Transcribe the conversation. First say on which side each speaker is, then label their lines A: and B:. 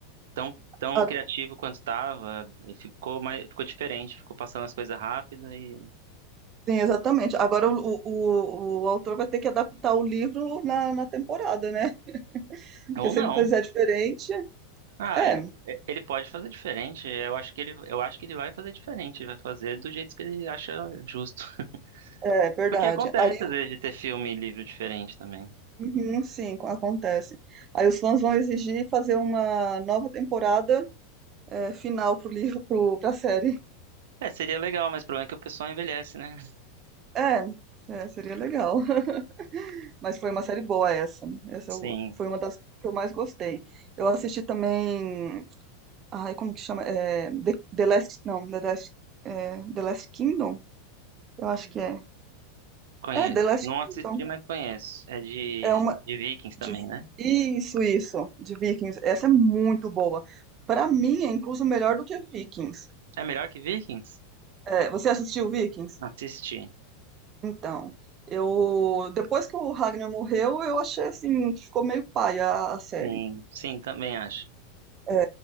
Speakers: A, on the right; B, on the right.
A: tão, tão
B: a-
A: criativo quanto estava, ficou mais, ficou diferente, ficou passando as coisas rápido e
B: sim, exatamente. Agora o, o, o o autor vai ter que adaptar o livro na, na temporada, né? Porque
A: ou
B: se
A: não.
B: ele fizer diferente,
A: Ah,
B: é,
A: ele é- ele pode fazer diferente. Eu acho que ele eu acho que ele vai fazer diferente, vai fazer do jeito que ele acha justo. <laughs>
B: é verdade.
A: Porque acontece
B: Aí,
A: às vezes de ter filme e livro diferente também.
B: uhum, sim, acontece. Aí os fãs vão exigir fazer uma nova temporada é, final pro livro, pro, pra série.
A: É, seria legal, mas o problema é que o pessoal envelhece, né? <laughs>
B: É, é, seria legal. <laughs> Mas foi uma série boa essa. Essa
A: Sim,
B: eu- foi uma das que eu mais gostei. Eu assisti também, ai, como que chama? É, The, The Last, não, The Last, é, The Last Kingdom? Eu acho que é.
A: conheço.
B: É, The Last
A: Não assisti,
B: Kingdom.
A: mas conheço. É de,
B: É uma
A: de Vikings também,
B: De-
A: né?
B: Isso, isso, de Vikings. Essa é muito boa. Pra mim, é incluso melhor do que Vikings.
A: É melhor que Vikings?
B: É, você assistiu Vikings?
A: Assisti.
B: Então, eu depois que o Ragnar morreu, eu achei assim que ficou meio paia a a série.
A: Sim, sim, também acho.
B: É,